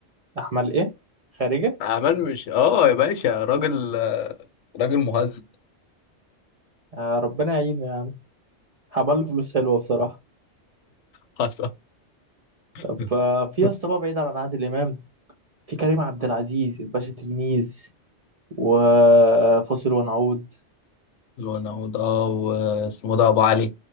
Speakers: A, on the right; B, on the left.
A: احمد ايه خارجة
B: أعمال مش اه يا باشا راجل آه، راجل مهذب
A: آه ربنا يعينه يا عم عمل له فلوس حلوة بصراحة
B: حصل <laughs>
A: طب آه في يا اسطى بقى بعيد عن عادل امام في كريم عبد العزيز الباشا تلميذ وفاصل ونعود
B: ونعود اه واسمه ده أبو علي